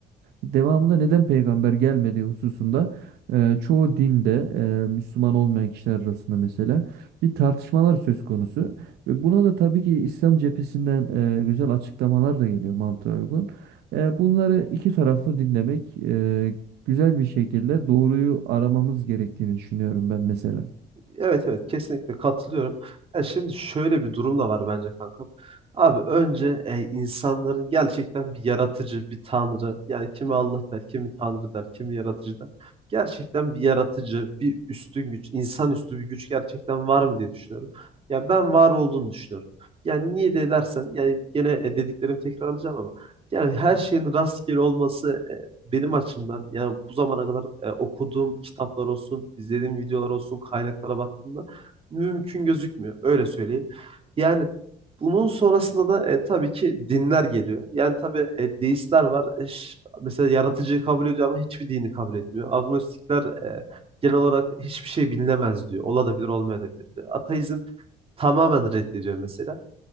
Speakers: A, on the right; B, on the right.
A: Devamında neden peygamber gelmediği hususunda e, çoğu dinde e, Müslüman olmayan kişiler arasında mesela bir tartışmalar söz konusu. Ve buna da tabii ki İslam cephesinden e, güzel açıklamalar da geliyor mantığa uygun. E, bunları iki taraflı dinlemek e, güzel bir şekilde doğruyu aramamız gerektiğini düşünüyorum ben mesela.
B: Evet evet kesinlikle katılıyorum. Ya şimdi şöyle bir durum da var bence kankam. Abi önce e, insanların gerçekten bir yaratıcı, bir tanrı. Yani kimi Allah der, kimi tanrı der, kimi yaratıcı der. Gerçekten bir yaratıcı, bir üstün güç, insanüstü bir güç gerçekten var mı diye düşünüyorum. Ya ben var olduğunu düşünüyorum. Yani niye de dersen, yani gene e, dediklerimi tekrarlayacağım ama. Yani her şeyin rastgele olması e, benim açımdan yani bu zamana kadar e, okuduğum kitaplar olsun, izlediğim videolar olsun, kaynaklara baktığımda mümkün gözükmüyor. Öyle söyleyeyim. Yani bunun sonrasında da e, tabii ki dinler geliyor. Yani tabii e, deistler var. E, ş- mesela yaratıcıyı kabul ediyor ama hiçbir dini kabul etmiyor. Agnostikler e, genel olarak hiçbir şey bilinemez diyor. Olabilir, olmayabilir diyor. Ateizm tamamen reddediyor mesela.